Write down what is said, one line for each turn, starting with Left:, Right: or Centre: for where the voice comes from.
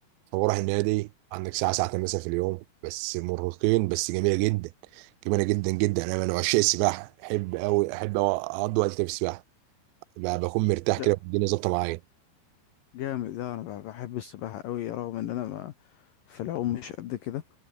Right: فبروح النادي عندك ساعه ساعتين مثلا في اليوم بس مرهقين بس جميله جدا جميله جدا جدا انا من عشاق السباحه بحب قوي احب أوي اقضي وقت كده في السباحه ب- بكون مرتاح
Left: لا
Right: كده والدنيا ظابطه معايا
Left: جامد ده انا ب- بحب السباحه قوي رغم ان انا ما في العوم مش قد كده